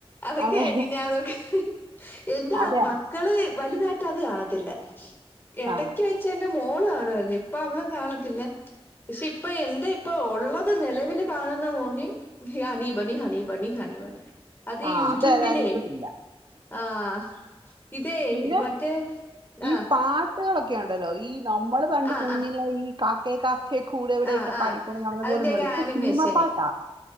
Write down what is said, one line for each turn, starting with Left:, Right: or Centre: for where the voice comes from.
Left: അതൊക്കെ
Right: അതെ
Left: <unintelligible> എന്റാ
Right: അതെ
Left: ത്മ ക്കള് വലുതായിട്ട് അത് കാണത്തില്ല ഇടക്ക്
Right: ആ
Left: വെച്ച എന്റെ മോള് കാണുആയിരുന്നു പ്പ അവളും കാണത്തില്ല പക്ഷെ ഇപ്പൊ എന്റെ ഇപ്പ ഉള്ളത് നിലവിൽ കാണുന്ന മോനി ഹ്യ honey bunny honey bunny honey bunny അത്
Right: ആ
Left: യൂട്യൂബിലേ
Right: അതേതായാലും ഇവിടെ ഇല്ല
Left: ആഹ് ഇതേ
Right: പിന്നെ
Left: മറ്റേ
Right: ഈ
Left: ആ
Right: പാട്ടുകളൊക്കെ ഉണ്ടല്ലോ ഈ നമ്മള് കണ്ട്
Left: ആ
Right: കുഞ്ഞില
Left: ആ
Right: ഈ കാക്കേ കാക്കെ എഹ് കൂടെ എവിടെയൊക്കെ
Left: ആ ആ ആ
Right: പഠിക്കൊ നടന്ന
Left: അതിന്റെയൊക്കെ
Right: പോലെന്ന മേല്ല ഇപ്പൊ
Left: ആനിമേഷന്
Right: സിനിമ പാട്ടാ